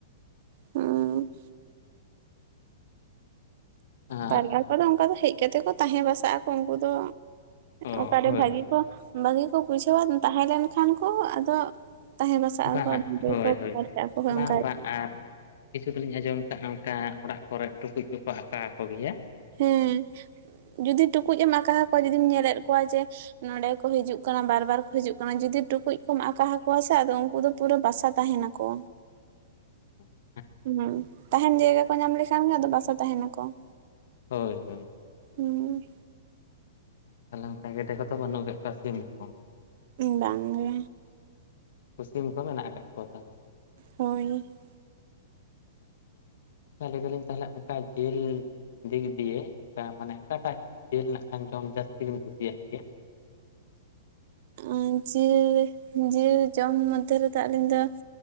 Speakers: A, on the right; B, on the left.
A: ᱦᱩᱸ
B: ᱟᱨ
A: ᱯᱟᱨᱞᱟ ᱠᱚᱫᱚ ᱚᱱᱠᱟ ᱫᱚ ᱦᱮᱡ ᱠᱟᱛᱮᱜ ᱠᱚ ᱛᱟᱦᱮᱸ ᱵᱟᱥᱟᱜ ᱟᱠᱚ ᱩᱱᱠᱩ ᱫᱚ᱾
B: ᱚ
A: ᱚᱠᱟᱨᱮ
B: ᱦᱳᱭ
A: ᱵᱷᱟᱹᱜᱤ ᱠᱚ ᱵᱷᱟᱹᱜᱤ ᱠᱚ ᱵᱩᱡᱷᱟᱹᱣᱟ ᱛᱟᱦᱮᱸ ᱞᱮᱱᱠᱷᱟᱱ ᱠᱚ ᱟᱫᱚ ᱛᱟᱦᱮᱸ ᱵᱟᱥᱟᱜ ᱟᱠᱚ
B: ᱵᱟᱝ ᱦᱳᱭ
A: ᱠᱚ
B: ᱦᱳᱭ
A: ᱯᱟᱨᱪᱟᱜ ᱟᱠᱚ
B: ᱵᱟᱝ
A: ᱚᱱᱠᱟ
B: ᱵᱟᱝ
A: ᱜᱮ᱾
B: ᱟᱨ ᱠᱤᱪᱷᱩ ᱫᱚᱞᱤᱧ ᱟᱸᱡᱚᱢ ᱟᱠᱟᱫ-ᱟ ᱚᱱᱠᱟ ᱚᱲᱟᱜ ᱠᱚᱨᱮ ᱴᱩᱠᱩᱡ ᱠᱚᱠᱚ ᱦᱟᱛᱟ-ᱟ ᱠᱚ ᱜᱮᱭᱟ᱾
A: ᱦᱮᱸ ᱡᱩᱫᱤ ᱴᱩᱠᱩᱡ ᱮᱢ ᱟᱠᱟᱸᱦᱟ ᱠᱚᱣᱟ ᱡᱩᱫᱤᱢ ᱧᱮᱞᱮᱫ ᱠᱚᱣᱟ ᱡᱮ ᱱᱚᱸᱰᱮ ᱠᱚ ᱦᱤᱡᱩᱜ ᱠᱟᱱᱟ ᱵᱟᱨ ᱵᱟᱨ ᱠᱚ ᱦᱤᱡᱩᱜ ᱠᱟᱱᱟ ᱡᱩᱫᱤ ᱴᱩᱠᱩᱡ ᱠᱚᱢ ᱟᱠᱟ ᱟᱠᱚᱣᱟ ᱥᱮ ᱟᱫᱚ ᱩᱱᱠᱩ ᱫᱚ ᱯᱩᱨᱟᱹ ᱵᱟᱥᱟ ᱛᱟᱦᱮᱱ ᱟᱠᱚ,
B: ᱦᱮᱸ᱾
A: ᱦᱮᱸ ᱛᱟᱦᱮᱱ ᱡᱟᱭᱜᱟ ᱠᱚ ᱧᱟᱢ ᱞᱮᱠᱷᱟᱱ ᱜᱮ ᱟᱫᱚ ᱵᱟᱥᱟ ᱛᱟᱦᱮᱱ ᱟᱠᱚ ᱾
B: ᱦᱳᱭ ᱦᱳᱭ ᱾
A: ᱦᱩᱸ᱾
B: ᱛᱟᱦᱚᱞᱮ ᱚᱱᱠᱟ ᱜᱮᱰᱮ ᱠᱚᱫᱚ ᱵᱟᱹᱱᱩᱜ ᱠᱟᱜ ᱠᱚᱣᱟ ᱥᱤᱢ ᱠᱚ,
A: ᱵᱟᱝ ᱜᱮ,
B: ᱩᱱᱠᱩ ᱥᱤᱢ ᱠᱚ ᱢᱮᱱᱟᱜ ᱟᱠᱟᱜ ᱠᱚᱣᱟ ᱛᱟᱦᱚᱞᱮ,
A: ᱦᱳᱭ᱾
B: ᱟᱪᱪᱷᱟ ᱟᱪᱪᱷᱟ ᱞᱟᱹᱭ ᱫᱟᱞᱤᱧ ᱛᱟᱦᱚᱞᱮ ᱚᱱᱠᱟ ᱡᱤᱞ ᱫᱤᱠ ᱫᱤᱭᱮ ᱚᱱᱠᱟ ᱢᱟᱱᱮ ᱚᱠᱟᱴᱟᱜ ᱡᱤᱞ ᱱᱟᱜ ᱠᱷᱟᱱ ᱡᱚᱢ ᱡᱟᱹᱥᱛᱤ ᱵᱤᱱ ᱠᱩᱥᱤᱭᱟᱜ ᱜᱮᱭᱟ?
A: ᱟᱨ ᱡᱮ, ᱡᱤᱞ ᱡᱚᱢ ᱢᱚᱫᱽᱫᱷᱮ ᱨᱮᱫᱚ ᱟᱹᱞᱤᱧ ᱫᱚ